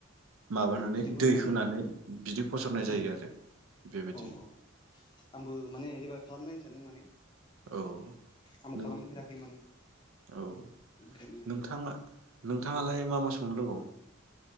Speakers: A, on the right; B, on the left.
A: माबानानै
B: बिदि फसंनाय
A: दै होनानै
B: जायो
A: बिदि फसरनाय जायो
B: उम
A: आरो बेबायदि
B: औ औ आंबो माने एबार खालाम नायनो सानदों माने
A: औ
B: आं
A: नों
B: खालामफेराखै माने
A: औ
B: ओंखायनो
A: नोंथाङा नोंथाङालाय मा मा संनो रोंगौ?